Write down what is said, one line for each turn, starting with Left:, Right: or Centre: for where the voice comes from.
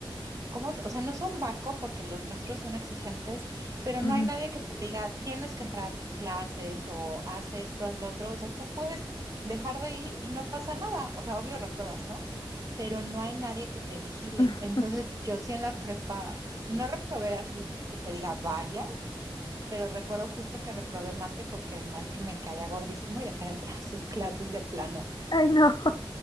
Right: como, o sea, no son barco porque los maestros son exigentes, pero no
Left: ujú.
Right: hay nadie que te diga, tienes que entrar a tus clases o haz esto, haz lo otro, o sea, tú puedes dejar de ir y no pasa nada, o sea, obvio repruebas, ¿no? Pero no hay nadie que te vigile.
Left: <laughs>
Right: Entonces, yo sí en la prepa, no reprobé así que te diga varias, pero recuerdo justo que reprobé mate porque el maestro me caía gordísimo y dejé de entrar a sus <laughs> clases de plano.
Left: Ay, no. <laughs>